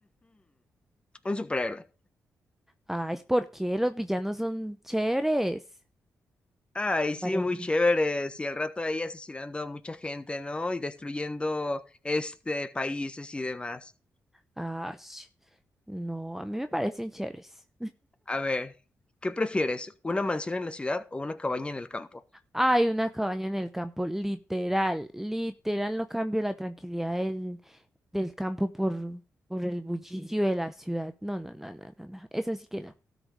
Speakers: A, on the left (about 20°); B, in the centre.
A: Un superhéroe.
B: Ay, ¿por qué? Los villanos son chéveres.
A: Ay, sí,
B: Parece.
A: muy chévere. Y al rato ahí asesinando a mucha gente, ¿no? Y destruyendo este países y demás.
B: Ay, no, a mí me parecen chéveres.
A: A ver, ¿qué prefieres? ¿Una mansión en la ciudad o una cabaña en el campo?
B: Hay una cabaña en el campo, literal, literal, no cambio la tranquilidad del, del campo por, por el bullicio de la ciudad. No, no, no, no, no, no, eso sí que no.